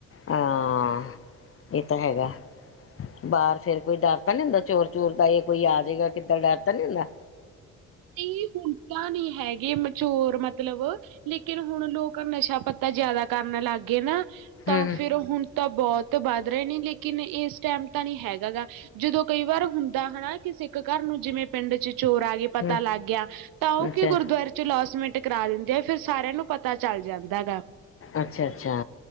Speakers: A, on the left; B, on the right.
A: ਹਾਂ। ਇਹ ਤਾਂ ਹੈਗਾ ਬਾਹਰ ਫੇਰ ਕੋਈ ਡਰ ਤਾਂ ਨਹੀ ਹੁੰਦਾ ਚੋਰ ਚੂਰ ਦਾ, ਯਾ ਕੋਈ ਆ ਜੇਗਾ ਕਿੱਦਾਂ ਡਰ ਤਾਂ ਨਹੀਂ ਹੁੰਦਾ?
B: ਨਹੀਂ, ਹੁਣ ਤਾਂ ਨਹੀਂ ਹੈਗੇ ਮੇਚੋਰ ਮਤਲਬ, ਲੇਕਿਨ ਹੁਣ ਲੋਕ ਨਸ਼ਾ ਪੱਤਾ ਜ਼ਿਆਦਾ ਕਰਨ ਲੱਗ ਗਏ ਨਾ। ਤਾਂ
A: ਹੂੰ,
B: ਫੇਰ ਹੁਣ ਤਾਂ ਬਹੁਤ ਵੱਧ ਰਹੇ ਨੇ, ਲੇਕਿਨ ਇਸ ਟਾਈਮ ਤਾਂ ਨਹੀਂ ਹੈਗਾ ਗਾ, ਜਦੋਂ ਕਈ ਵਾਰ ਹੁੰਦਾ ਹੈਨਾਂ, ਕਿਸੇ ਕ ਘਰ ਨੂੰ ਜਿਵੇਂ ਪਿੰਡ ਚ ਚੋਰ ਆ ਗਏ ਪਤਾ
A: ਹੂੰ,
B: ਲੱਗ ਗਿਆ ਤਾਂ ਉਹ
A: ਅੱਛਾ,
B: ਕੀ ਗੁਰਦੁਆਰੇ ਚ' ਲੋਸ ਮਿੰਟ ਕਰਾ ਦਿੰਦੇ ਆ। ਫਿਰ ਸਾਰਿਆਂ ਨੂੰ ਪਤਾ ਤਾਂ ਚੱਲ ਜਾਂਦਾ ਗਾ
A: ਅੱਛਾ, ਅੱਛਾ